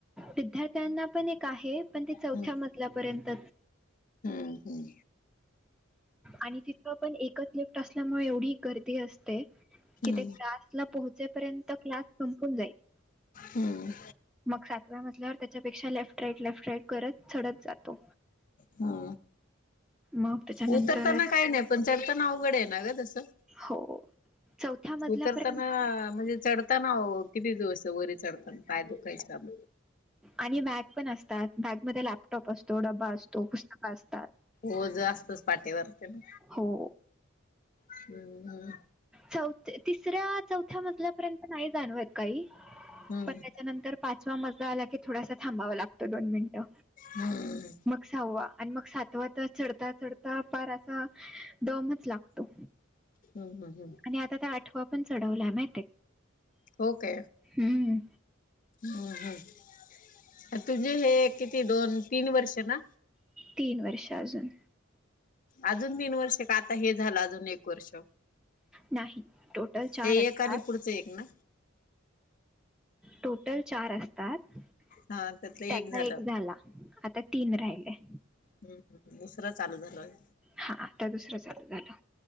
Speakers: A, in the centre; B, on the left.
A: विद्यार्थ्यांना पण एक आहे पण ती चौथ्या
B: हम्म
A: मजल्यापर्यंत.
B: हम्म हम्म
A: आणि तिथं पण एकच लिफ्ट असल्यामुळे एवढी गर्दी असते. कि
B: हम्म
A: ते क्लासला पोहचेपर्यंत क्लास संपून जाईल.
B: हम्म
A: मग सातव्या मजल्यावर त्याच्यापेक्षा लेफ्ट राईट लेफ्ट राईट करत चढत जातो.
B: हा.
A: मग त्याच्यानंतर
B: उतरताना काही नाही, पण चढताना अवघड आहे ना ग तसं.
A: हो चौथ्या मजल्यापर्यंत
B: उतरताना म्हणजे चढ ताना किती दिवस ते वरी चढताना पाय दुखाचे काम.
A: आणि बॅग पण असतात बॅगमध्ये लॅपटॉप असतो, डबा अस तो पुस्तक असतात,
B: ओझ असतच पाठीवर ते ना
A: हो.
B: हम्म हम्म.
A: चौथ तिसऱ्या चौथ्या मजल्यापर्यंत नाही जाणवत काही
B: हम्म
A: पण
B: हम्म
A: त्याच्यानंतर पाच वा मजला आला की थोडासा थांबावा लागतो दोन मिनिटं.
B: हम्म
A: मग सहावा आणि मग सातवा तर चढता चढता फार असा दमच लागतो.
B: हम्म हम्म हम्म.
A: आणि आता तर आठवा पण चढवला मा
B: हो काय.
A: हम्म
B: हम्म ह तुझे हे किती दोन तीन वर्ष ना?
A: तीन वर्ष अजून.
B: अजून तीन वर्ष का आता हे झालं अजून एक वर्ष?
A: नाही टोटल चार
B: हे
A: असतात
B: एक आणि पुढचं एक ना
A: टोटल चार असतात त्यातला
B: हा त्यातलं झालं
A: एक झाला आता तीन राहिले.
B: हम्म हम्म दुसरा चालू झाला होय.
A: हा आता दुसरं चाल झालं.